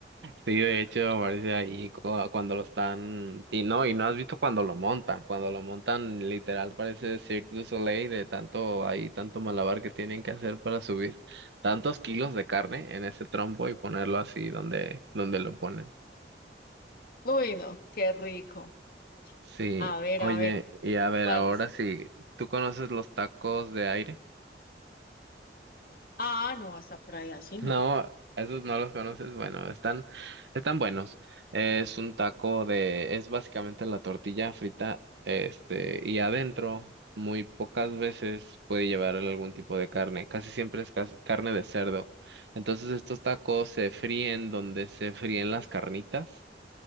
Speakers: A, on the right (about 80°); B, on the left (about 55°).
A: Sí, de hecho, aparece ahí cu- cuando lo están. Y no, y no has visto cuando lo montan. Cuando lo montan, literal, parece Cirque du Soleil de tanto ahí, tanto malabar que tienen que hacer para subir tantos kilos de carne en ese trompo y ponerlo así donde, donde lo ponen.
B: Uy, no, qué rico.
A: Sí,
B: A ver,
A: oye,
B: a ver,
A: y a ver,
B: ¿cuáles?
A: ahora sí, ¿tú conoces los tacos de aire?
B: Ah, no, hasta por ahí así no.
A: No, esos no los conoces. Bueno, están, están buenos. Es un taco de, es básicamente la tortilla frita, este, y adentro muy pocas veces puede llevar algún tipo de carne. Casi siempre es cas- carne de cerdo. Entonces estos tacos se fríen donde se fríen las carnitas.